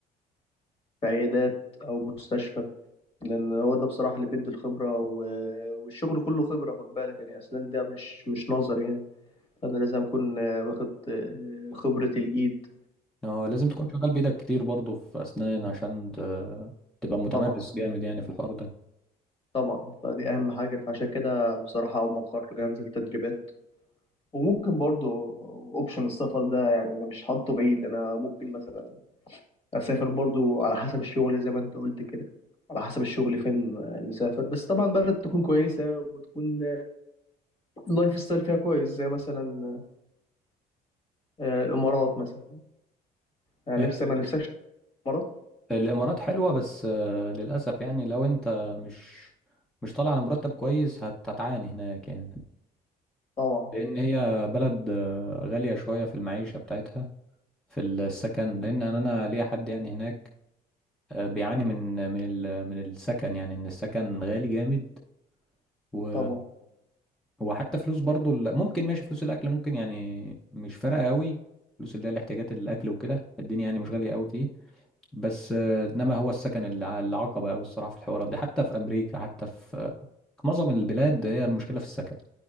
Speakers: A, on the left; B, in the centre.
A: في عيادات او مستشفى لان هو ده بصراحه اللي بيدي الخبره و... والشغل كله خبره خد بالك يعني اسنان ده مش مش نظر يعني فانا لازم اكون آه، واخد آه، خبره الايد
B: اه لازم تكون شغال بايدك كتير برضه في اسنان عشان ت- تبقى متمرس
A: وطبعا
B: جامد يعني في الحوار ده
A: طبعا فدي اهم حاجه فعشان كده بصراحه اول ما اتخرج هنزل تدريبات وممكن برضو اوبشن السفر ده يعني انا مش حاطه بعيد انا ممكن مثلا اسافر برضو على حسب الشغل زي ما انت قلت كده على حسب الشغل فين نسافر بس طبعا بلد تكون كويسة وتكون اللايف ستايل فيها كويس زي مثلا آه، الامارات مثلا يعني
B: ال-
A: نفسي ما نفسكش الامارات
B: الامارات حلوة بس آه، للاسف يعني لو انت مش مش طالع على مرتب كويس هت- هتعاني هناك يعني
A: طبعا
B: لان هي بلد آه، غالية شوية في المعيشة بتاعتها في السكن لان انا أنا ليا حد يعني هناك آه، بيعاني
A: مم.
B: من من ال- من السكن يعني ان السكن غالي جامد و
A: طبعا
B: وحتى فلوس برضو ال- ممكن ماشي فلوس الاكل ممكن يعني مش فارقة قوي فلوس اللي هي الاحتياجات الاكل وكده الدنيا يعني مش غالية قوي فيه بس آه، انما هو السكن الع- العقبة قوي الصراحة في الحوارات دي حتى في امريكا حتى في في معظم البلاد هي المشكلة في السكن